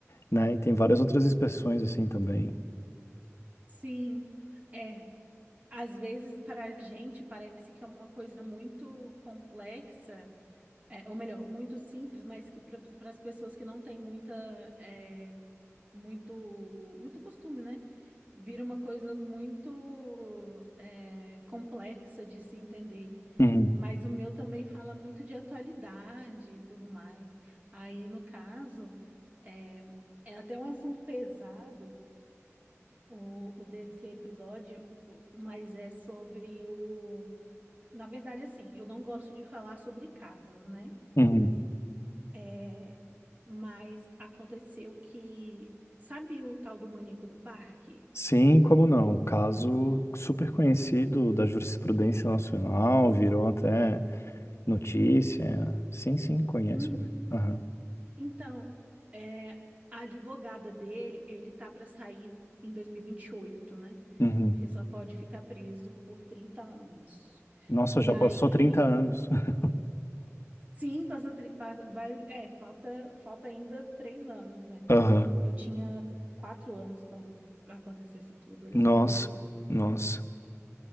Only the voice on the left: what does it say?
né? E tem várias outras expressões assim também.
Uhum,
uhum.
Sim, como não? Caso super conhecido da jurisprudência nacional, virou até notícia. Sim, sim, conheço.
Aham.
uhum.
Nossa,
já
passou trinta anos. <laughs>
Aham.
Nossa,
nossa.